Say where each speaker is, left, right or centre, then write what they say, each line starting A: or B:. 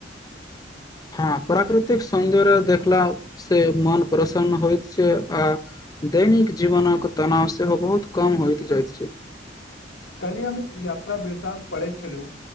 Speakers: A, on the left; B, on the left.
A: हँ प्राकृतिक सौन्दर्य देखलाास से मन प्रसन्न होइत छै आ दैनिक जीवनके तनाव सेहो बहुत कम होइत जाइत छै
B: कल्हि हम एक यात्रा वृतान्त पढ़ैत छलु